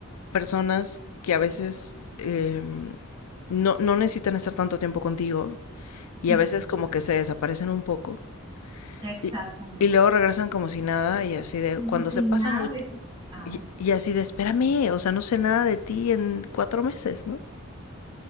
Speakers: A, on the left; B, on the right.
A: personas que a veces em, no, no necesitan estar tanto tiempo contigo
B: Sí,
A: y a veces
B: exacto.
A: como que se desaparecen un poco
B: Exactamente.
A: y, y luego regresan como si nada y así de
B: Como
A: cuando
B: si
A: se pasa
B: nada
A: mucho
B: hubiese pasado.
A: y, y así de espérame, o sea, no sé nada de ti en cuatro meses, ¿no?